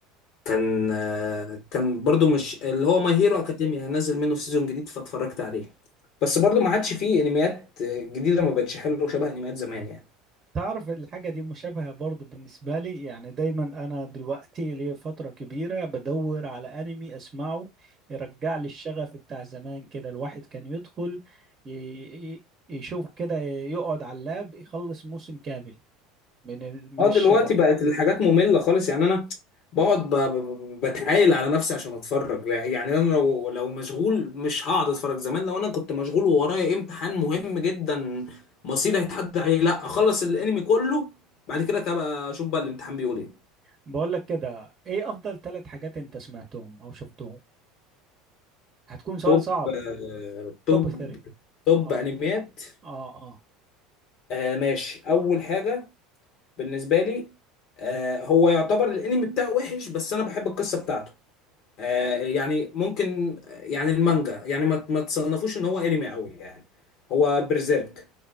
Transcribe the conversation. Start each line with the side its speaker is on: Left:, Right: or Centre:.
Left: كان آه، كان برضو مش اللي هو ماي هيرو أكاديميا نزل منه سيزون جديد فاتفرجت عليه بس برضو ما عادش فيه انميات جديدة ما بقتش حلوة شبه انميات زمان يعني
Right: تعرف الحاجة دي مشابهة برضو بالنسبة لي يعني دايما انا دلوقتي ليا فترة كبيرة بدور على انمي اسمعه يرجع لي الشغف بتاع زمان كده الواحد كان يدخل ي- ي- يشوف كده يقعد على اللاب يخلص موسم كامل من ال- من
Left: اه
Right: الشغف
Left: دلوقتي بقت الحاجات مملة خالص يعني انا بقعد ب- ب- بتعايل على نفسي عشان اتفرج يعني انا لو لو مشغول مش هقعد اتفرج زمان لو انا كنت مشغول وورايا امتحان مهم جدا مصيري هيتحدد عليه لا اخلص الانمي كله بعد كده كده اشوف بقى الامتحان بيقول ايه
Right: بقولك كده ايه افضل ثلاث حاجات انت سمعتهم او شفتهم هتكون سؤال
Left: توب
Right: صعب
Left: آه، توب
Right: توب 3
Left: توب
Right: اه
Left: انميات
Right: اه آه.
Left: آه ماشي اول حاجة بالنسبة لي آه هو يعتبر الانمي بتاعه وحش بس انا بحب القصة بتاعته آه، يعني ممكن آه، يعني المانجا يعني ما ما تصنفوش ان هو انمي قوي يعني هو برزيرك